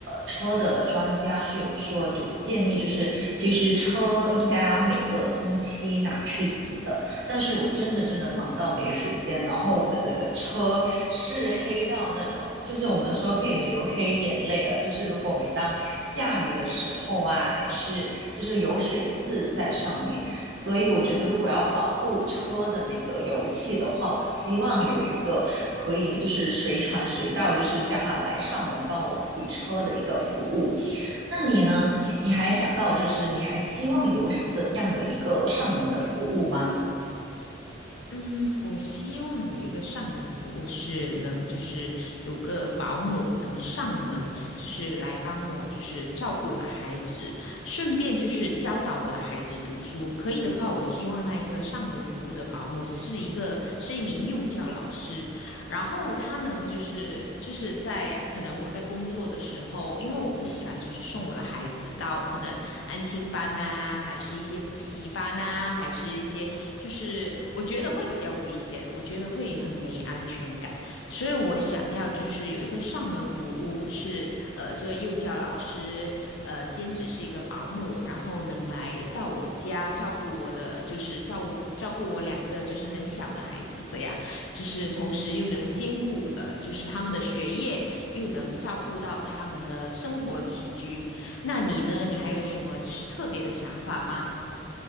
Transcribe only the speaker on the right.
车的专家是有说，就建议就是其实车应该要每个星期拿去洗的。但是我真的真的忙到没时间，然后我的那个车是黑到那种，就是我们说可以流黑眼泪了。就是如果每当下雨的时候啊，还是就是有水渍在上面，所以我觉得如果要保护车的那个油漆的话，我希望有一个可以就是随传随到，就是叫他来上门帮我洗车的一个服务。那你呢？你还想到就是你还希望有怎样的一个上门的服务吗？